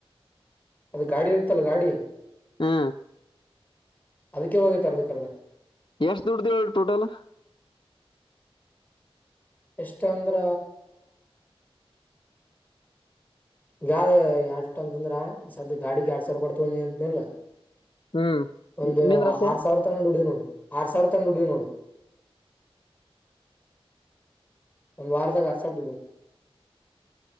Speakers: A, on the left (about 15°); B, on the left (about 50°).
A: ಅದ ಗಾಡಿ ಇರ್ತ್ತಲ್ಲ ಗಾಡಿ
B: ಹಾ
A: ಅದಕ್ಕೆೇ ಹೋಗಿ ತರದ ಕದ
B: ಎಷ್ಟ ದುಡ್ದ ಹೇಳಿ ಟೋಟಲ್
A: ಎಷ್ಟ ಅಂದ್ರ ಗ ಅದು ಎಷ್ಟ ಅಂತಂದ್ರ ಈ ಗಾಡಿಗೆ ಎರಡ್ ಸಾವಿರ ಕೊಡ್ತವಂತನಿಲ್ಲ
B: ಹ್ಮ್
A: ಒಂದು
B: ನಿಂದ್ರ ಅಷ್ಟೇ
A: ಆರ್ ಸಾವಿರ ತನಂದ ಡಿದ ನೋಡಿ ಆರು ಸಾವಿರ ತಂಡ ಡುುದ ನೋಡು ಒಂದು ವಾರದರ್ಸರ್